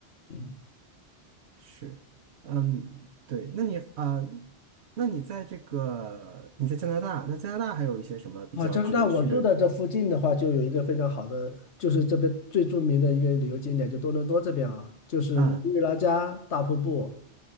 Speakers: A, on the left; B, on the right.
A: 嗯。
B: 是，嗯，对，那你啊，那你在这个你在加拿大，那加拿大还有一些什么比较值得去的
A: 啊，加拿大，我住的这附近的话，就有一个非常好的，就是这边最著名的一个旅游景点，就多伦多这边啊，就是尼亚拉加大瀑布。
B: 啊？